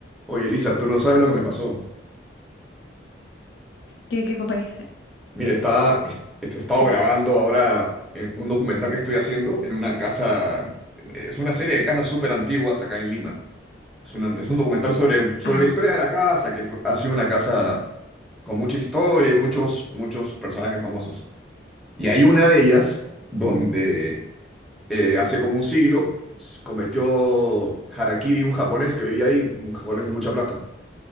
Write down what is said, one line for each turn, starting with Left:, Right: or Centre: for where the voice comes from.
Centre: Oye, Elisa, tú no sabes lo que me pasó.
Left: ¿Qué, qué fue?
Centre: Mira, estaba, est- est- he estado
Left: ¿Qué?
Centre: grabando ahora en un documental que estoy haciendo en una casa, es una serie de casas súper antiguas acá en Lima. Es, una- es un documental sobre, sobre
Left: Ajá.
Centre: la historia de la casa, que fue- ha sido una casa con mucha historia y muchos, muchos personajes famosos. Y hay una de ellas donde eh, hace como un siglo s- cometió harakiri un japonés que vivía ahí, un japonés de mucha plata.